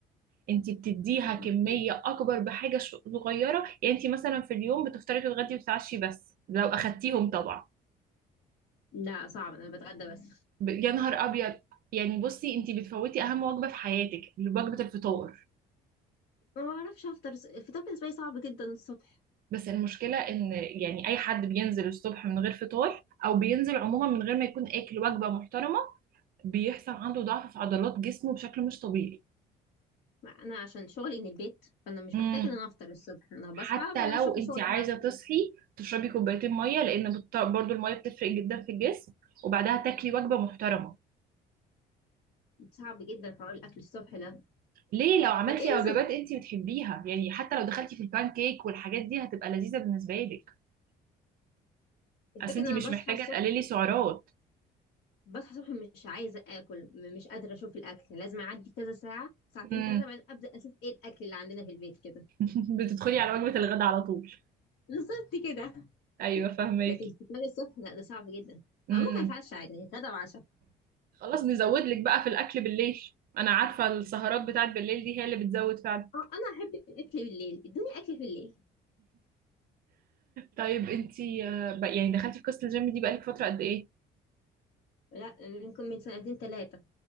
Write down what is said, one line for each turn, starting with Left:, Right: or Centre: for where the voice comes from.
Right: انت بتديها
Left: يعني
Right: كمية
Left: ايه
Right: اكبر بحاجة ش- صغيرة يعني انت مثلا في اليوم بتفطري تتغدي وتتعشي بس لو اخدتيهم طبعا
Left: لا صعب انا بتغدى بس
Right: ب- يا نهار ابيض يعني بصي انت بتفوتي اهم وجبة في حياتك وجبة الفطار
Left: ما بعرفش افطر الفطار بالنسبه لي صعب جدا الصبح
Right: بس المشكلة ان يعني اي حد بينزل الصبح من غير فطار او بينزل عموما من غير ما يكون اكل وجبة محترمة بيحصل عنده ضعف في عضلات جسمه بشكل مش طبيعي
Left: ما انا عشان شغلي من البيت فانا مش
Right: امم
Left: بحتاج ان انا افطر الصبح انا بصحى
Right: حتى
Left: بشوف
Right: لو انت
Left: شغلي
Right: عايزه
Left: هعمل
Right: تصحي
Left: ايه
Right: تشربي كوبايتين ميه لان بت- برضو الميه بتفرق جدا في الجسم وبعدها تاكلي وجبه محترمه
Left: صعب جدا حوار الاكل الصبح ده
Right: ليه لو عملتي
Left: طب ايه مثلا
Right: وجبات انت بتحبيها يعني حتى لو دخلتي في البان كيك والحاجات دي هتبقى لذيذه بالنسبه لك
Left: الفكرة
Right: اصل انت
Left: ان انا
Right: مش
Left: مم. بصحى
Right: محتاجه
Left: الصبح
Right: تقللي سعرات
Left: بصحى الصبح مش عايزة اكل م- مش قادرة اشوف الاكل لازم اعدي كذا ساعة ساعتين
Right: امم
Left: ثلاثة بعدين ابدأ اشوف ايه الاكل اللي عندنا في البيت كده
Right: <laughs> بتدخلي على وجبه الغداء على طول
Left: بالظبط كده
Right: ايوه فاهمك
Left: لكن فطار الصبح لا ده صعب جدا
Right: امم
Left: او ممكن اتعشى عادي يعني غدا وعشاء
Right: خلاص نزود لك بقى في الاكل بالليل انا عارفه السهرات بتاعت بالليل دي هي اللي بتزود فعلا
Left: اه انا احب الاكل بالليل ادوني اكل في الليل
Right: طيب انت يعني دخلتي في قصه الجيم دي بقالك فتره قد ايه
Left: لا منكم من سنتين ثلاثة